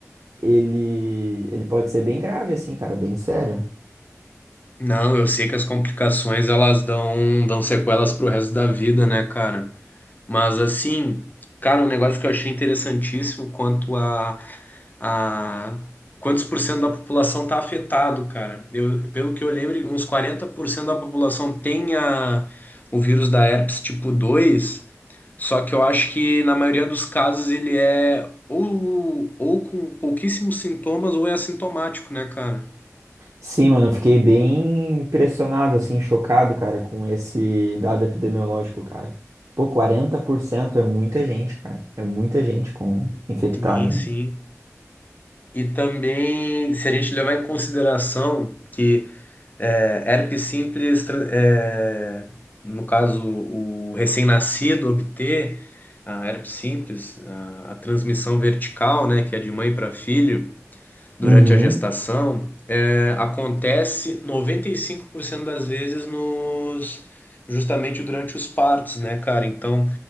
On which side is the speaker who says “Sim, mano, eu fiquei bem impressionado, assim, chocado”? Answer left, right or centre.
Right